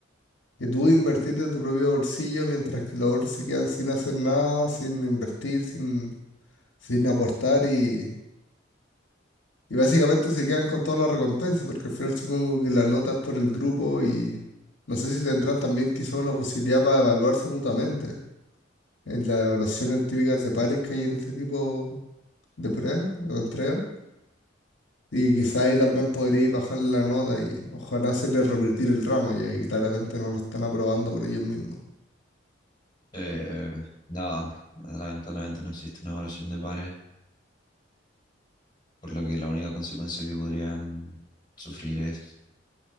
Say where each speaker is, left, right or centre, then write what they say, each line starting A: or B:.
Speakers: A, on the left; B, on the left.
A: que tú invertir de tu propio bolsillo mientras que los otros se quedan sin hacer nada, sin invertir, sin... sin aportar y, y básicamente se quedan con todas las recompensas, porque al final supongo que las notas por el grupo y no sé si tendrán también quizá una posibilidad para evaluarse mutuamente en las evaluaciones típicas de pares que hay en este tipo de pruebas o entregas. Y quizá ahí también podríais bajarle la nota y ojalá hacerle revertir el ramo, ya que claramente no lo están aprobando por ellos mismos.
B: Eh, nada, lamentablemente no existe una evaluación de pares, por lo que la única consecuencia que podrían sufrir es